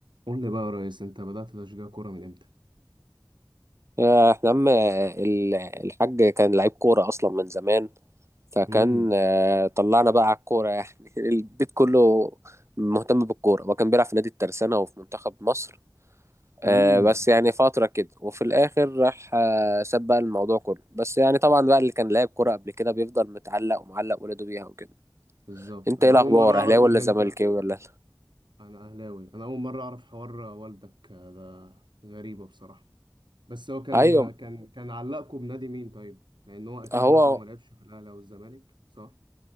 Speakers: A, on the right; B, on the right.
A: قول لي بقى يا ريس انت بدأت تشجيع كورة من امتى؟
B: يا احنا عم ال- الحاج كان لعيب كورة أصلا من زمان فكان
A: امم
B: آه، طلعنا بقى على الكورة يعني <laughs> البيت كله مهتم بالكورة وكان بيلعب في نادي الترسانة وفي منتخب مصر
A: امم
B: آه، بس يعني فترة كده وفي الآخر راح آه، ساب بقى الموضوع كله بس يعني طبعا بقى اللي كان لاعب كورة قبل كده بيفضل متعلق ومعلق ولاده بيها وكده
A: بالظبط
B: انت
A: انا
B: ايه الأخبار
A: اول مرة اعرف
B: أهلاوي ولا
A: ان انت
B: زملكاوي ولا
A: انا اهلاوي انا اول مرة اعرف حوار والدك ده غريبة بصراحة بس هو كان
B: أيوه
A: كان كان علقكم بنادي مين طيب؟ لان هو اكيد
B: هو
A: مثلا ما لعبش في الاهلي او الزمالك صح؟